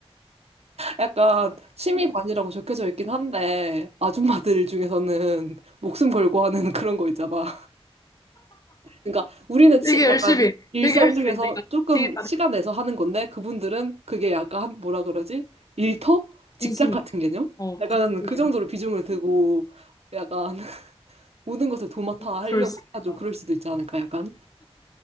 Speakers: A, on the right; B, on the left.
A: 약간 취미 반이라고 적혀져 있긴 한데 아줌마들 중에서는 목숨 걸고 하는 <laughs> 그런 거 있잖아. 그러니까 우리는 치,
B: 되게 열심히,
A: 약간 일상
B: 되게 열심히.
A: 중에서
B: 내가
A: 조금
B: 제일 잘해.
A: 시간 내서 하는 건데 그분들은 그게 약간 뭐라 그러지? 일터? 직장
B: 진심이.
A: 같은 개념?
B: 어,
A: 약간
B: 진심이야.
A: 그 정도로 비중을 두고 약간 <laughs> 모든 것을 도맡아
B: 그럴
A: 하려고
B: 수 있겠다.
A: 해가지고 그럴 수도 있지 않을까 약간.